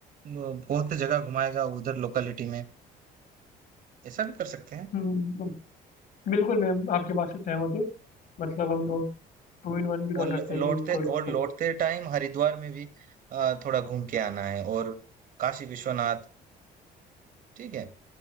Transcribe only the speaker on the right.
वो बहुत जगह घुमाएगा उधर लोकेलिटी में ऐसा भी कर सकते हैं
और ल-
लौटते
और लौटते
टाइम हरिद्वार में भी अ, थोड़ा घूम के आना है और काशी विश्वनाथ ठीक है